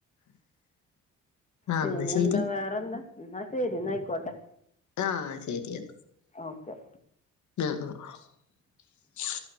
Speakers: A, on the left (about 70°); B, on the left (about 25°).
A: ആഹ്
B: പിന്നെന്താ
A: എന്നാ ശരി
B: വേറെന്താ ന്നാ തരി ഇന്നായിക്കോട്ടെ
A: ആഹ് ശെരിയത്
B: ഓക്കെ
A: അഹ് അഹ് ശ്